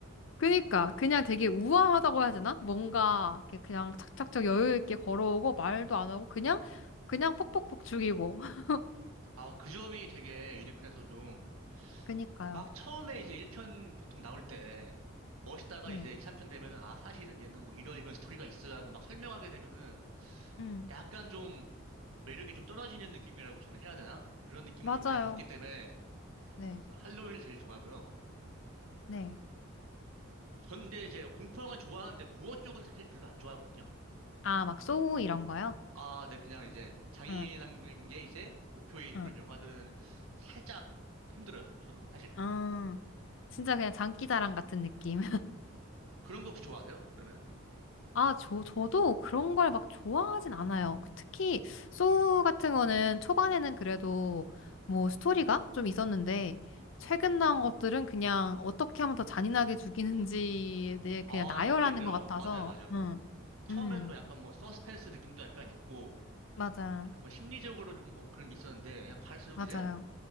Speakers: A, on the left; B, on the right.
A: 그니까 그냥 되게 우아하다고 해야 되나? 뭔가 이렇게 그냥 착착착 여유 있게 걸어오고 말도 안 하고 그냥 그냥 퍽퍽퍽 죽이고. <laughs>
B: 아, 그 점이 되게 유니크해서 좀
A: 그니까요.
B: 막 처음에 이제 1편 보통 나올 때 멋있다가
A: 네.
B: 이제 2, 3편 되면은 아, 사실은 얘는 뭐 이런 이런 스토리가 있어야 하고 막 설명하게 되면은
A: 음
B: 약간 좀 매력이 좀 떨어지는 느낌이라고 저는 해야 되나? 그런 느낌을
A: 맞아요.
B: 좀 많이 받기 때문에
A: 네.
B: 그래서 할로윈을 제일 좋아하고요.
A: 네.
B: 전 근데 이제 공포 영화는 좋아하는데 고어 쪽은 사실 별로 안 좋아하거든요.
A: 아, 막 소우 이런 거요?
B: 아, 네, 그냥 이제 장인한
A: 응,
B: 게 이제 목표인
A: 응.
B: 그런 영화들은 살짝 힘들어요, 저는 사실.
A: 아, 진짜 그냥 장기자랑 같은 느낌.
B: 그런 거 혹시 좋아하세요? 그러면?
A: 아, 저, 저도 그런 걸 막 좋아하진 않아요. 그 특히, 소우 같은 거는 초반에는 그래도 뭐 스토리가 좀 있었는데, 최근 나온 것들은 그냥 어떻게 하면 더 잔인하게 죽이는지에 대해 그냥
B: 아,
A: 나열하는
B: 그러니까요.
A: 것 같아서,
B: 맞아요, 맞아요.
A: 응.
B: 처음엔
A: 음,
B: 뭐 약간 뭐 서스펜스 느낌도 약간 있고,
A: 맞아.
B: 약간 뭐 심리적으로 좀 뭐 그런 게 있었는데, 그냥 갈수록
A: 맞아요.
B: 이제,